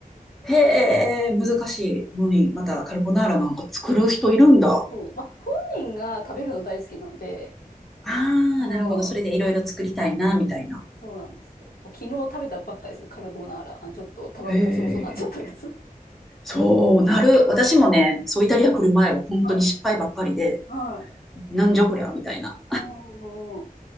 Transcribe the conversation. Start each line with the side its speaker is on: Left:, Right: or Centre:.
Centre: へ
Left: うん。
Centre: え、難しいのに、またカルボナーラなんか作る人いるんだ。
Left: そう、まあ、本人が食べるの大好きなので、
Centre: あ
Left: う
Centre: あ、なるほど。それでいろいろ作りたいな、
Left: ん、
Centre: みたいな。
Left: そうなんですよ。昨日食べたばっかりですよ、カルボナーラ。あ、ちょっと卵ボソボソになっちゃったやつ。
Centre: へえ。
Left: <laughs>
Centre: そうなる。私もね、そうイタリア来る前は本当に失敗ばっかりで、
Left: はい。はい。
Centre: なんじゃこりゃ、みたいな。
Left: うん、うん。